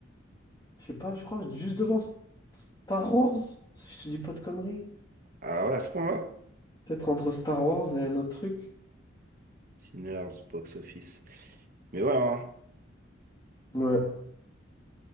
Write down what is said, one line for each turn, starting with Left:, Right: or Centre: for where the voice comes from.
Left: je sais pas, je crois, juste devant S- Star Wars, si je te dis pas de conneries.
Right: Ah ouais, à ce point-là?
Left: Peut-être entre Star Wars et un autre truc.
Right: Sinners, box office. Mais ouais, hein.
Left: Ouais,